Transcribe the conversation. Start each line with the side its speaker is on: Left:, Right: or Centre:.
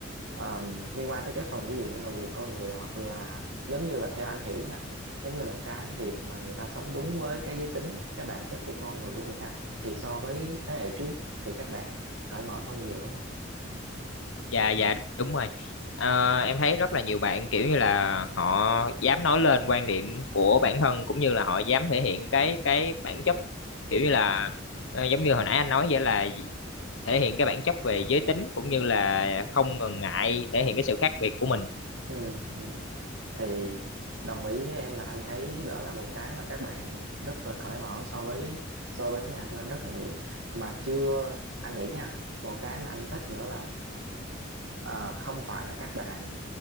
Right: Ờm, liên quan tới cái phần ví dụ như là quyền con người hoặc là giống như là theo anh hiểu nha giống như là cái việc mà người ta sống đúng với cái giới tính cái bản chất của con người của người ta thì so với thế hệ trước thì các bạn cởi mở hơn nhiều đúng không
Left: dạ dạ đúng rồi Ờ, em thấy rất là nhiều bạn kiểu như là họ dám nói lên quan điểm của bản thân cũng như là họ dám thể hiện cái cái bản chất kiểu như là ờ, giống như hồi nãy anh nói vậy là thể hiện cái bản chất về giới tính cũng như là không ngần ngại thể hiện cái sự khác biệt của mình
Right: ừ, ừ. thì đồng ý với em là anh thấy đó là một cái mà các bạn rất là cởi mở so với so với thế hệ tụi anh rất là nhiều mà chưa anh nghĩ nha một cái mà anh thích nữa là à, không phải là các bạn